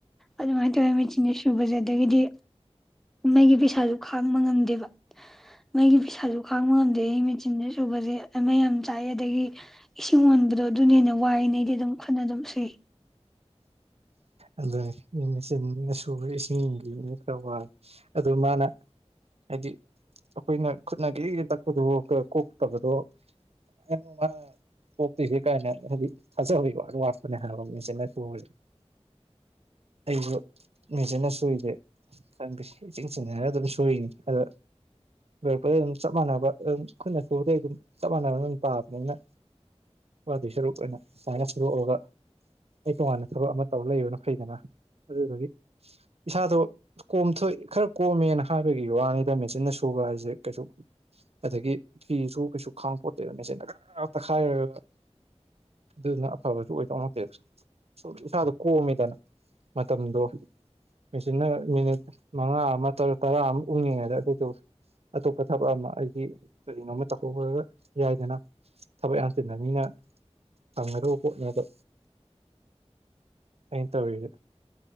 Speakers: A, in the centre; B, on the right.
A: ꯑꯗꯨ ꯃꯥꯥꯏꯔ ꯆꯤꯡ ꯁꯨꯕꯁꯦꯗꯒꯤꯗꯤ ꯃꯩꯒꯤ ꯄꯩꯁꯥꯁꯨ ꯈꯥꯡꯕ ꯉꯝꯗꯦꯕ ꯃꯩꯒꯤ ꯄꯩꯁꯥꯁꯨ ꯈꯥꯡꯕ ꯉꯝꯗꯦ ꯑꯩ ꯃꯦꯆꯤꯟꯗ ꯁꯨꯕꯁꯦ ꯑꯃ ꯌꯥꯝ ꯆꯥꯏ ꯑꯗꯒꯤ ꯏꯁꯤꯡ ꯑꯣꯟꯕꯗꯣ ꯑꯗꯨꯅ ꯍꯦꯟꯅ ꯋꯥꯏꯉꯩꯗꯤ ꯑꯗꯨꯝ ꯈꯨꯠꯅ ꯑꯗꯨꯝ ꯁꯨꯏ
B: ꯑꯗꯨ ꯃꯦꯆꯤꯟꯅ ꯁꯨꯕ ꯏꯁꯤꯡꯒꯤꯅꯤ ꯈꯔ ꯋꯥꯔꯦ ꯑꯗꯨ ꯃꯥꯅ ꯍꯥꯏꯗꯤ ꯑꯩꯈꯣꯏꯅ ꯈꯨꯠꯅꯒꯤ ꯇꯛꯄꯗꯣ ꯀꯣꯛꯇꯕꯗꯣ ꯀꯃꯥꯏꯅ ꯃꯥ ꯀꯣꯛꯇꯣꯏꯁꯦ ꯀꯥꯏꯅ ꯍꯥꯏꯗꯤ ꯊꯥꯖꯕꯒꯤ ꯋꯥ ꯋꯥꯠꯄꯅꯦ ꯍꯥꯏꯕ ꯃꯦꯆꯤꯟꯅ ꯁꯨꯕꯁꯦ ꯑꯩꯁꯨ ꯃꯦꯖꯟꯅ ꯁꯨꯔꯤꯗꯦ ꯈꯪꯗꯁꯦ ꯏꯁꯤꯡ ꯆꯤꯖꯅ ꯑꯗꯨꯝ ꯁꯨꯔꯤꯅꯤ ꯑꯗ ꯂꯣꯏꯔꯛꯄꯗ ꯑꯗꯨꯝ ꯆꯞ ꯃꯥꯟꯅꯕ ꯑꯗꯨꯝ ꯈꯨꯠꯅ ꯈꯨꯨꯕꯗꯩ ꯑꯗꯨꯝ ꯆꯞ ꯃꯥꯟꯅꯕ ꯑꯗꯨꯝ ꯄꯥꯕꯅꯤꯅ ꯋꯥꯗꯨ ꯁꯔꯨꯛ ꯑꯣꯏꯅ ꯁꯨꯃꯥꯏꯅ ꯁꯨꯔꯣꯛꯑꯒ ꯑꯩ ꯇꯣꯉꯥꯟꯅ ꯊꯕꯛ ꯑꯃ ꯇꯧ ꯂꯩꯕꯅ ꯐꯩꯗꯅ ꯑꯗꯨꯗꯒꯤ ꯏꯁꯥꯗꯣ ꯀꯣꯝꯊꯣꯛꯏ ꯈꯔ ꯀꯣꯝꯃꯦꯅ ꯍꯥꯏꯕꯒꯤ ꯋꯥꯅꯤꯗ ꯃꯦꯆꯤꯟꯅ ꯁꯨꯕ ꯍꯥꯏꯁꯦ ꯀꯩꯁꯨ ꯑꯗꯒꯤ ꯐꯤꯁꯨ ꯀꯩꯁꯨ ꯈꯥꯡꯕ ꯈꯣꯠꯇꯦꯗ ꯃꯦꯆꯤꯟꯗ ꯈ ꯉꯥꯛ ꯇꯛꯈꯥꯏꯔꯒ ꯑꯗꯨꯗꯨꯅ ꯑꯐꯕꯁꯨ ꯑꯣꯏꯗꯧꯅꯛꯇꯦ ꯏꯁꯥꯗꯣ ꯀꯣꯝꯃꯤꯗꯅ ꯃꯇꯝꯗꯣ ꯃꯦꯆꯤꯟꯅ ꯃꯤꯅꯤꯠ ꯃꯉꯥ ꯑꯃ ꯇꯔꯥ ꯑꯃ ꯎꯪꯉꯉꯩꯗ ꯑꯗꯨꯗꯇ ꯊꯕꯛ ꯑꯃ ꯑꯩꯒꯤ ꯀꯔꯤꯅꯣꯃ ꯇꯧꯊꯒ ꯌꯥꯏꯗꯅ ꯊꯕꯛ ꯌꯥꯝꯁꯤꯤꯕ ꯃꯤꯅ ꯐꯝꯒꯗꯕ ꯄꯣꯠꯅꯦ ꯑꯗꯣ ꯑꯩꯅ ꯇꯧꯔꯤꯁ